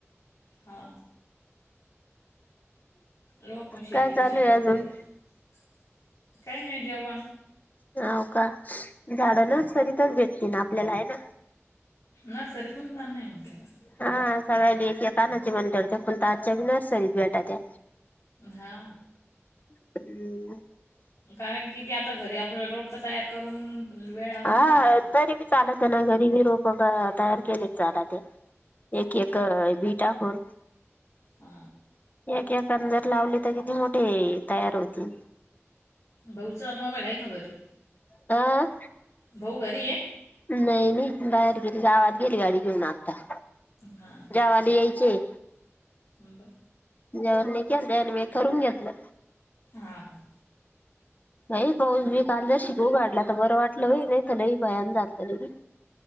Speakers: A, on the left; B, on the left.
A: हा. लोक पण शेती
B: काय चालू
A: विषय
B: आहे
A: करू
B: अजून
A: काहीतरी नाही जवाण.
B: होव का झाड
A: हम्म.
B: ना सताच घेततील ना आपल्याला आहे ना.
A: नर्सरीतून छान नाही म्हणतेबा.
B: हा सगळ्या ल कानाचे म्हण ठरते फुलत आजच्या नर्सरीत बेटा त्या.
A: हा.
B: हम्म.
A: कारण की ते आता घरी आपल्याला रोपट तयार करून. वेळ लागेल
B: हा
A: ना लावायला.
B: तरी मी चालत ना घरीबी रोपग तयार केले झाला ते. एक एक बी टाकून.
A: ह
B: एक एका जर लावली तर किती मोठे तयार होती.
A: भाऊचा मोबाईल आहे का घरी.
B: आह.
A: भाऊ घरी आहे.
B: नाही नाही बाहेर गेली गावात गेली गाडी घेऊन आता.
A: हा.
B: खाली यायचेय.
A: ह बर.
B: जेव नाही के <unintelligible> आणि मी करून घेतलं.
A: आ हा.
B: नाही पाह मी काल जर शिकव कााढला तर बरं वाटलंई नाही तर ली पायान झालत लगी.